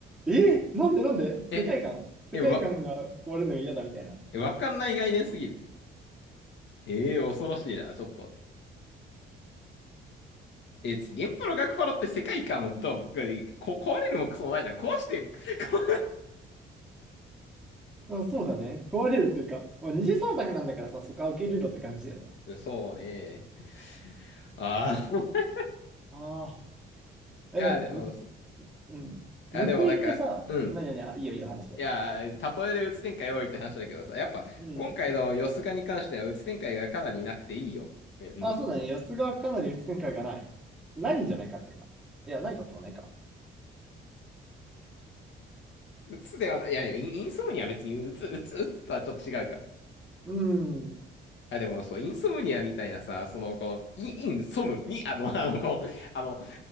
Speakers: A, in the centre; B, on the left (about 70°).
A: え、
B: え、
A: なんでなんで世界観世界観が壊れるのが嫌だみたいな。
B: え、え、わ、
A: い
B: わかんない概念すぎる。ええー恐ろしいな、ちょっと。え、原パロ学パロって世界観をとは僕はできる。こ、壊れるもクソもないじゃん。壊して、<laughs> 壊
A: まあ、そうだね。壊れるっていうか、まあ、二次創作なんだからさ、そこは受け入れろって感じだよな。
B: れそうね。ああ。<laughs>
A: ああ、
B: いや、
A: え、
B: でも、
A: む、
B: そう。い
A: うん。
B: や、でもなんか、
A: 報いってさ、
B: うん。
A: なになに、あいいよいいよ、話して。
B: いやー、例えでうつ展開多いって話だけどさ、やっぱ今回のヨスがに関してはうつ展開がかなりなくていいよ。
A: うん。
B: ね、うん。
A: あ、そうだね。安がかなり鬱展開がない。ないんじゃないかってか。いや、ないこともないか。
B: うつではない、いや、でもインインソムニアは別にうつ、うつ、うつとはちょっと違うか。
A: うん。
B: あ、でもそう、インソムニアみたいなさ、その、この、イン、インソムに、あの、<laughs> あの、こう、あの、